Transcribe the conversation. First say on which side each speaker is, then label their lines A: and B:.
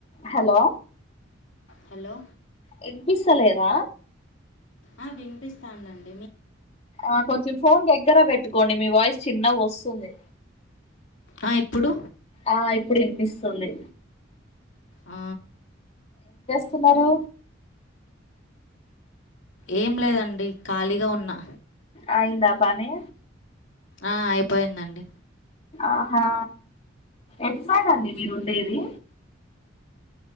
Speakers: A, on the left; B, on the left.
A: హలో
B: హలో
A: వినిపిస్తలేదా
B: ఆ వినిపిస్తాందండి మీ
A: ఆ కొంచెం ఫోన్ దగ్గర పెట్టుకోండి మీ వాయిస్ చిన్న వస్తుంది
B: ఆ ఇప్పుడు
A: ఆ ఇప్పుడు వినిపిస్తుంది
B: ఆ
A: సుమారు
B: ఏం లేదండి ఖాళీగా ఉన్నా
A: అయిందా పానే
B: ఆ అయిపోయిందండి
A: ఆహా ఎక్సడ్ అండి మీరు ఉండేది